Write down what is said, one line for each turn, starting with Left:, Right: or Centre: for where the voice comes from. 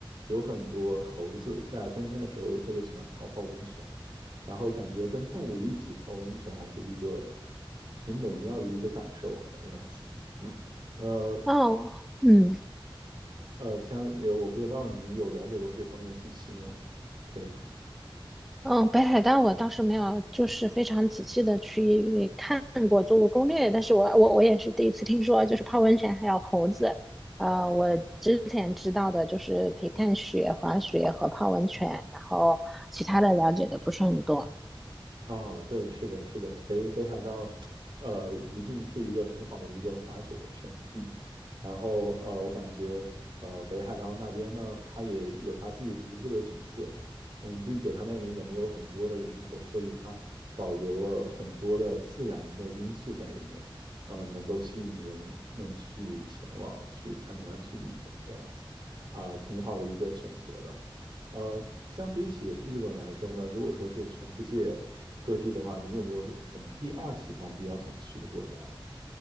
Right: 有很多猴子在冬天的时候特别喜欢泡泡温泉，然后感觉跟动物一起泡温泉还是一个挺美妙的一个感受吧，这样子。呃
Centre: 哦，嗯
Right: 呃，像有我不知道你有了解过这方面信息吗？这样。
Centre: 嗯，北海道我倒是没有，就是非常仔细的去看过，做过攻略，但是我我我也是第一次听说，就是泡温泉还有猴子。呃，我之前知道的就是可以看雪、滑雪和泡温泉，然后其他的了解的不是很多。
Right: 哦，对，是的，是的，北北海道，呃，一定是一个很好的一个滑雪的圣地。然后，呃，我感觉，呃，北海道那边呢，它也有它自己独特的景色，嗯，并且它那边也没有很多的人口，所以它保留了很多的自然的因素在里面，嗯，能够吸引人们去前往、去参观、去旅游这样子，啊、挺好的一个选择的。呃，相比起日本来说呢，如果说是全世界各地的话，你有没有什么第二喜欢比较想去的国家呀？